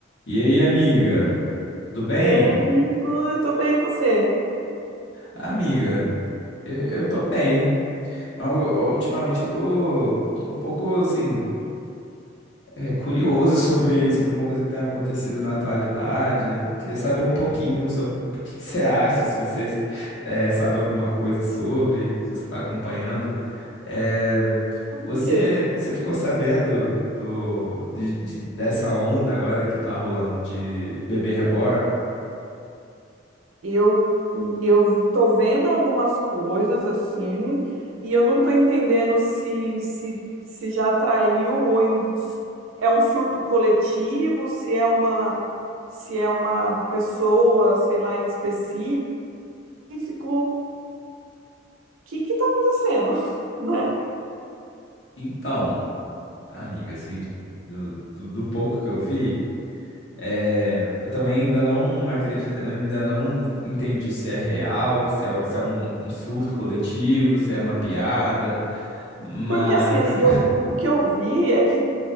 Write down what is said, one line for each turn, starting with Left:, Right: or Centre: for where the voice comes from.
Left: E aí, amiga? Tudo bem?
Right: E aí, amigo, eu tô bem, e você?
Left: Amiga, eu, eu tô bem, mas u- ultimamente eu tô, tô um pouco, assim, é, curioso sobre, sobre uma coisa que tem acontecido na atualidade. Eu queria saber um pouquinho sobre o que que você acha, se você é, sabe alguma coisa sobre, se você tá acompanhando. É,
Right: Tudo
Left: você,
Right: o quê?
Left: você ficou sabendo do, de- de- dessa onda agora que tá rolando de bebê reborn?
Right: Eu, eu tô vendo algumas coisas assim, e eu não tô entendendo se, se, se já atraiu ou em- é um surto coletivo, se é uma, se é uma pessoa, sei lá, em específico. O que que tá acontecendo, <laughs> né?
Left: Então. Amiga, assim, do, do, do pouco que eu vi, é, eu também ainda não acredito, eu ainda não entendi se é real, se é, se é um, um surto coletivo, se é uma piada, mas
Right: Porque assim, amiga, eu- o, o que eu vi é que